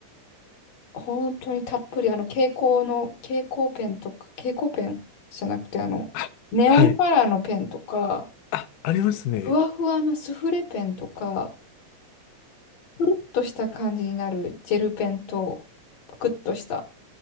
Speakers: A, on the left; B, on the left.
A: 本当にたっぷり、あの、蛍光の、蛍光ペンとか、蛍光ペンじゃなくて、あの、
B: あ、
A: ネオンカラーのペンとか、
B: はい。あ、ありますね。
A: ふわふわなスフレペンとか、ぷるっとした感じになるジェルペンと、ぷくっとした。